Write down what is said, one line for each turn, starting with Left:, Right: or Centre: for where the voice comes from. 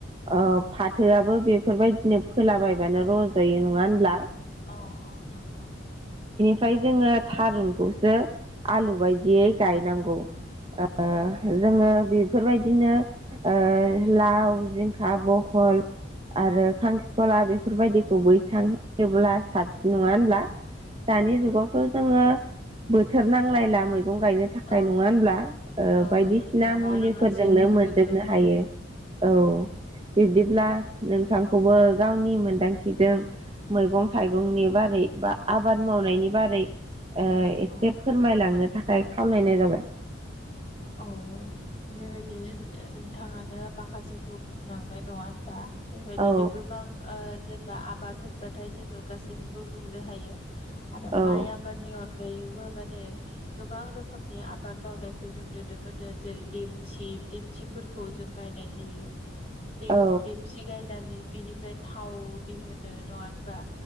Right: ओ फाथोआबो बेफोरबायदिनो फोलाबायबानो रजायो नङा होनब्ला?
Left: औ अ नंगौ।
Right: फ्राय जोङो थारुनखौसो आलु बायदियै गायनांगौ। ओ जोङोब बेफोरबायदिनो ओ लाव, जिंखा, बहल आरो खांख्रिखला बेफोरबायदिखौ बैसां होयोब्ला साबसिन नङा होनब्ला? दानि जुगावथ'
Left: नंगौ
Right: जोङो बोथोर नांलायला मैग गं गायनो थाखाय
Left: औ
Right: नङा होनब्ला ओ
Left: औ
Right: बायदिसिना
Left: नंगौ बार'
Right: मुलिफोरजोंनो
Left: मासेबो
Right: मोनजोबनो
Left: बोदो औ
Right: हायो। औ बिब्दिब्ला नोंथांखौबो गावनि मोनदांथिजों मैगं थाइगंनि बारै बा आबाद मावनायनि बारै ओय
Left: औ
Right: से फोरमायलांनो थाखाय खावलायनाय जाबाय
Left: औ ओ बेबायदिनो ओ नोंथाङानो माखासेखौ बुंलां हो नङा होनबा बेबायदिनो
Right: औ
Left: गोबां ओ जेनेबा आबाद होनबाथाय जोङो गासैखौबो बुंनो हायो आरो
Right: औ
Left: माइ आबादनि अन गायैबो माने गोबां रोखोमनि आबाद मावनायखौ ज जों नुनो मोनो जेरै देमसि देमसिफोरखौ जों गायनाय नुयो। देब
Right: औ
Left: देबसि गायनानै बेनिफ्राय थाव दिहोनो नङा होनबा?